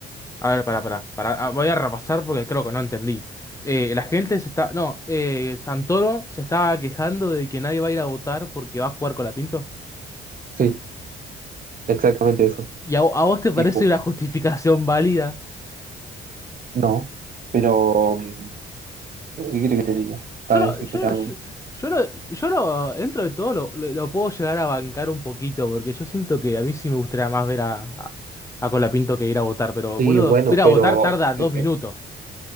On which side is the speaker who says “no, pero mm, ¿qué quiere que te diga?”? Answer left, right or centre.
Right